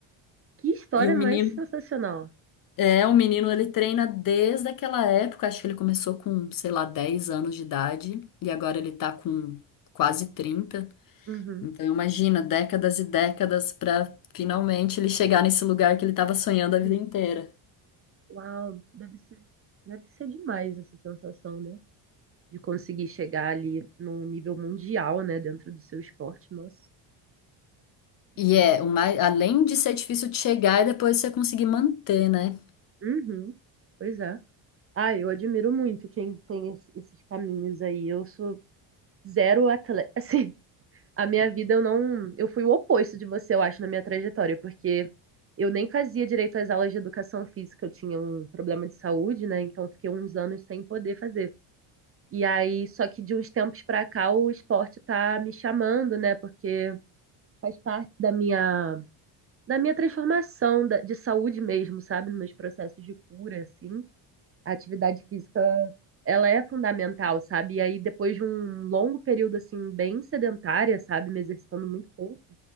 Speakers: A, on the right; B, on the left.
A: Que história
B: E o
A: mais
B: menino
A: sensacional.
B: É, o menino ele treina desde aquela época, acho que ele começou com, sei lá, 10 anos de idade e agora ele tá com quase trinta
A: Uhum.
B: Então imagina, décadas e décadas pra finalmente ele chegar nesse lugar que ele tava sonhando a vida
A: uhum.
B: inteira.
A: Uau, deve ser, deve ser demais essa sensação, né? De conseguir chegar ali num nível mundial, né? Dentro do seu esporte. Nossa, incrível.
B: E é, o mais, além de ser difícil de chegar e depois você conseguir manter, né?
A: Uhum, pois é. Ah, eu admiro muito quem tem es- esses caminhos aí. Eu sou zero atleta. <laughs> Assim, a minha vida eu não. Eu fui o oposto de você, eu acho, na minha trajetória, porque eu nem fazia direito às aulas de educação física. Eu tinha um problema de saúde, né? Então eu fiquei uns anos sem poder fazer. E aí, só que de uns tempos pra cá o esporte tá me chamando, né? Porque faz parte da minha da minha transformação da- de saúde mesmo, sabe? Nos meus processos de cura, assim. A atividade física, ela é fundamental, sabe? E aí, depois de um longo período, assim, bem sedentária, sabe? Me exercitando muito pouco,